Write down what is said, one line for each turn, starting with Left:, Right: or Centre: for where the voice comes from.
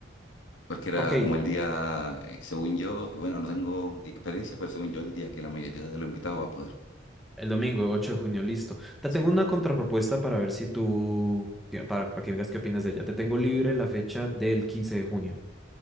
Left: Porque era
Centre: Ok,
Left: como el día, eh, según yo, bueno, no tengo experiencia, pero según yo, el día que la mayoría de los invitados va a poder.
Centre: El domingo, 8 de junio, listo. Te
Left: Sí.
Centre: tengo una contrapropuesta para ver si tú, que- para, para que me digas qué opinas de ella. Te tengo libre la fecha del 15 de junio.